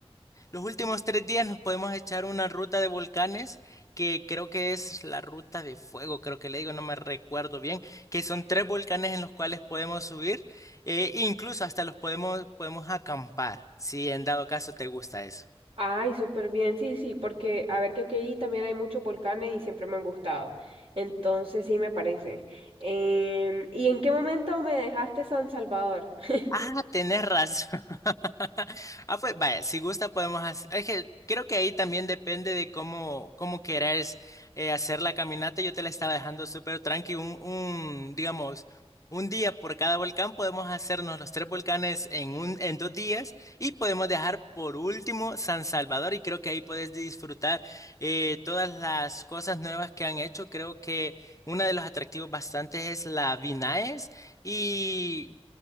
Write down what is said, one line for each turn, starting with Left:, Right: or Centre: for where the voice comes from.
Left: Los últimos tres días nos podemos echar una ruta de volcanes que creo que es la ruta de fuego, creo que le digo, no me recuerdo bien, que son tres volcanes en los cuales podemos subir, eh, incluso hasta los podemos, podemos acampar, si en dado caso te gusta eso.
Right: Ay, súper bien, sí, sí, porque a ver que aquí también hay muchos volcanes y siempre me han gustado. Entonces sí me parece. Em, ¿y en qué momento me dejaste San Salvador? <laughs>
Left: Ah, tenés razón. <laughs> Ah, pues vaya, si gusta podemos hacer. Es que creo que ahí también depende de cómo, cómo querés eh, hacer la caminata. Yo te la estaba dejando súper tranqui. Un, un, digamos, un día por cada volcán podemos hacernos los tres volcanes en un, en dos días y podemos dejar por último San Salvador. Y creo que ahí puedes disfrutar eh, todas las cosas nuevas que han hecho. Creo que uno de los atractivos bastantes es la Vinaes. Y